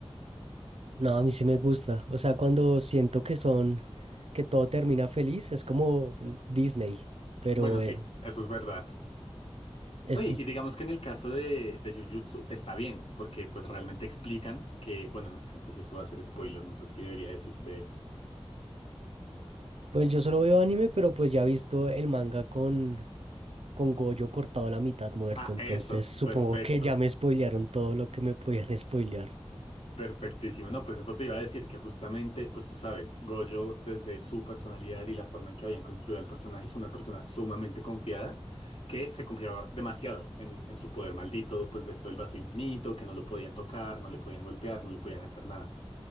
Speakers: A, on the right; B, on the left.
A: No, a mí sí me gusta. O sea, cuando siento que son, que todo termina feliz, es como Disney, pero
B: Bueno, sí,
A: eh,
B: eso es verdad.
A: Estos,
B: No, Y, y digamos que en el caso de, de Jujutsu está bien, porque pues realmente explican que, bueno, no es que no sé si esto va a ser spoiler, no sé si debería decirte eso.
A: pues yo solo veo anime, pero pues ya he visto el manga con, con Goyo cortado a la mitad muerto,
B: Ah,
A: entonces
B: eso,
A: supongo
B: perfecto,
A: que ya me spoilearon todo lo que me podían <laughs> spoilear.
B: perfectísimo. No, pues eso te iba a decir que justamente, pues tú sabes, Gojo desde su personalidad y la forma en que habían construido al personaje es una persona sumamente confiada que se confiaba demasiado en, en su poder maldito, pues de esto del vacío infinito, que no lo podían tocar, no le podían golpear, no le podían hacer nada.